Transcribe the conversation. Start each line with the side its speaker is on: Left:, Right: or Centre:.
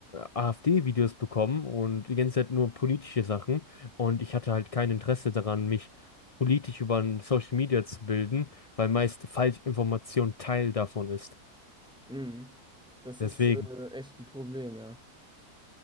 Left: AfD-Videos bekommen und die ganze Zeit nur politische Sachen. Und ich hatte halt kein Interesse daran, mich politisch über ein Social Media zu bilden, weil meist Falschinformation Teil davon ist.
Centre: Mhm. Das
Left: Deswegen,
Centre: ist äh, echt ein Problem, ja.